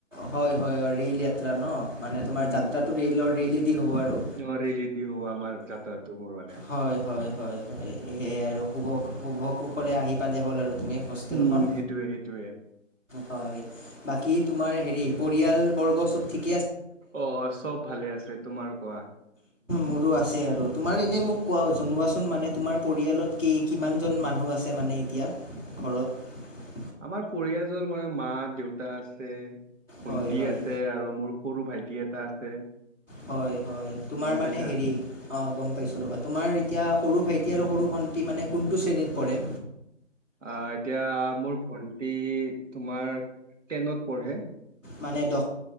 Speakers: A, in the centre; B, on the right (about 80°).
A: হয় হয় হয় ৰেইল যাত্ৰা ন মানে তোমাৰ
B: উম
A: যাত্ৰাটো ৰেলৰ ৰেলেদি হ'ব আৰু
B: অ ৰেলী দি হ'ব আমাৰ যাত্ৰাটো মোৰ মানে
A: হয় হয় হয় সেয়ে আৰু শুভ শুভ কুখলে আহি পালে হ'ল আৰু তুমি হোষ্টেলখন
B: উম সেইটোৱে সেইটোৱে
A: হয় বাকী তোমাৰ হেৰি পৰিয়াল বৰ্গ চব ঠিক
B: অ অ চব ভালে আছে তোমাৰ কোৱা
A: মোৰো আছে আৰু তোমাৰ এনেই মোক কোৱা জনোৱাচোন মানে তোমাৰ পৰিয়ালত কি কিমানজন মানুহ আছে মানে এতিয়া ঘৰত
B: আমাৰ পৰিয়াল জল মানে মা দেউতা আছে <unintelligible> ভন্টি
A: হয় হয়
B: আছে আৰু মোৰ সৰু ভাইটি এটা আছে
A: হয় হয় তোমাৰ
B: গম
A: মানে
B: পাইছা
A: হেৰি অ গম পাইছো ৰবা তোমাৰ এতিয়া সৰু ভাইটি আৰু সৰু ভন্টি মানে কোনটো শ্ৰেণীত পঢ়ে
B: আহ এতিয়া মোৰ ভন্টি তোমাৰ টেনত পঢ়ে
A: মানে দ